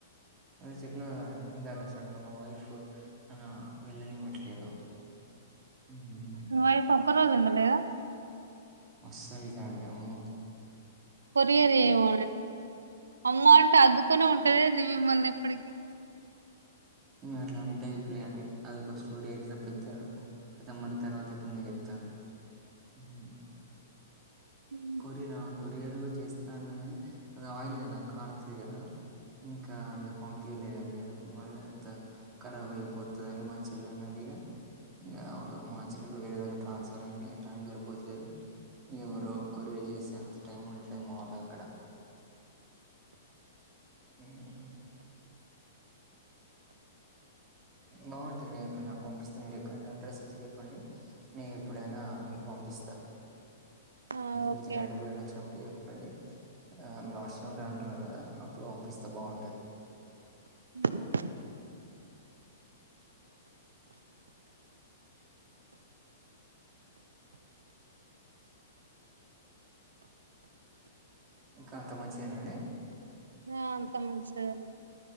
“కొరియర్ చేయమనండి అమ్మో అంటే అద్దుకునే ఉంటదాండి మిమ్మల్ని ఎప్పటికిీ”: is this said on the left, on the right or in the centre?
Right